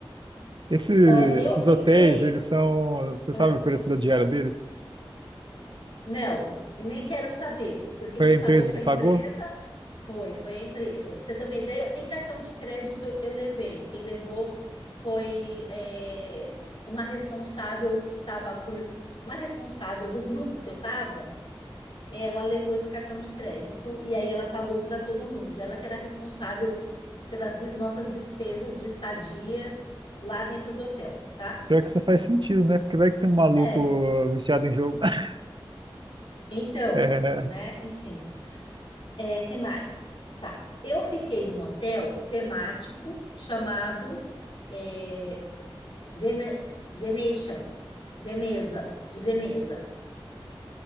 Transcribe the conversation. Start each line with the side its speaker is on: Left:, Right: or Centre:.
Right: Esse,
Left: Ah, eu
Right: esses
Left: fiquei.
Right: hotéis, eles são. Você
Left: ah,
Right: sabe o preço da diária deles?
Left: Não, e nem quero saber, porque
Right: Foi
Left: quem
Right: a empresa
Left: pagou foi
Right: que
Left: a
Right: pagou?
Left: empresa, foi, foi a empresa. Para você ter uma ideia, nem cartão de crédito eu levei. Quem levou foi é, uma responsável que estava por, uma responsável do grupo que eu estava, ela levou esse cartão de crédito e aí ela pagou para todo mundo. Ela que era responsável pelas des- nossas despesas de estadia lá dentro do hotel, tá?
Right: Pior que isso faz sentido, né? Porque vai que tem um maluco
Left: É.
Right: viciado em jogo. <laughs>
Left: Então,
Right: É,
Left: né, enfim. É, que mais? Tá. Eu fiquei num hotel temático chamado é, Vene- Venetian, Veneza, de Veneza,